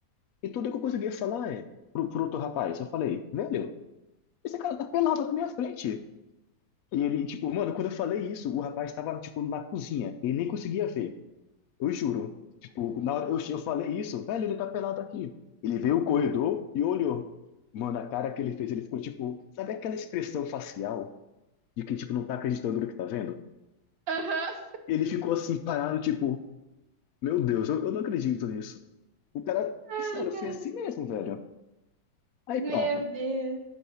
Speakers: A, on the left; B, on the right.
A: e tudo que eu conseguia falar é pro, pro outro rapaz. Eu falei, velho, esse cara tá pelado na minha frente. E ele, tipo, mano, quando eu falei isso, o rapaz tava, tipo, na cozinha. Ele nem conseguia ver. Eu juro. Tipo, na hora eu, eu falei isso, velho, ele tá pelado aqui. Ele veio o corredor e olhou. Mano, a cara que ele fez, ele ficou tipo, sabe aquela expressão facial de quem, tipo, não tá acreditando no que tá vendo?
B: Aham.
A: Ele ficou assim, parado, tipo, meu Deus, eu, eu não acredito nisso. O cara, é
B: Ai,
A: sério,
B: cara.
A: foi assim mesmo, velho. Aí
B: Meu
A: pronto.
B: Deus.